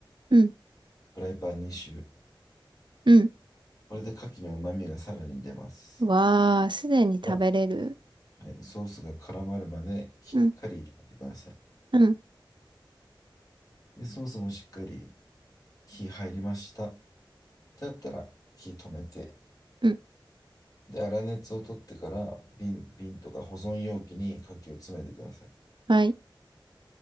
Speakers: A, on the right; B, on the left.
A: うん、
B: ライパン2周。
A: うん。
B: これで牡蠣の旨味がさらに出ます。
A: わー、すでに食べれる。
B: がはい、ソースが絡まるまでしっかり炒めてください。
A: うん、うん、
B: で、ソースもしっかり火入りました。だったら火止めて、
A: うん。
B: で、粗熱を取ってから瓶、瓶とか保存容器に牡蠣を詰めてください。
A: はい。